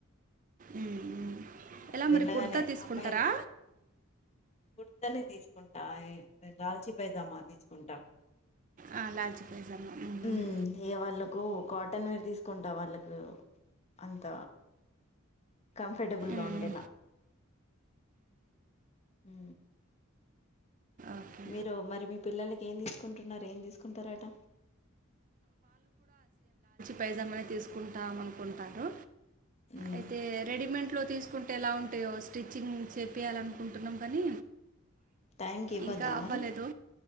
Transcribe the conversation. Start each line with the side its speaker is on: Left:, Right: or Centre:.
Right: ఉమ్, ఉమ్.
Left: ఆ
Right: ఎలా
Left: వెళ్ళగానే
Right: మరి కుర్తా తీసుకుంటారా
Left: అమ్మయిలు కుర్ ర్తానే తీసుకుంటా ఏ గాల్చి పైజామా తీసుకుంటా
Right: ఆ, లాల్చి పైజామా ఉమ్,
Left: హ్మ్
Right: ఉమ్.
Left: ఇగ వాళ్ళకు కాటన్ వేర్ తీసు కుంట వాళ్ళకు అంత కం ఫర్టబుల్ గా
Right: మ్మ్.
Left: ఉండేలా హు
Right: ఓకే
Left: మీరు మరి మీ పిల్లలకి ఏం తీస్ సుకుంటున్నరు ఏం తీసుకుంటారట
Right: పైజమ్మనే తీసుకుంటాం అనుకుంటారు
Left: ఉమ్
Right: అయితే రెడీమెంట్లో తీసుకుంటే ఎలా ఉంటాయో స్త్రీచింగ్ చేపియాలనుకుంటున్నాము కానీ
Left: టైంకి ఇవ్వద్దా
Right: ఇంకా అవ్వలేదు
Left: మరి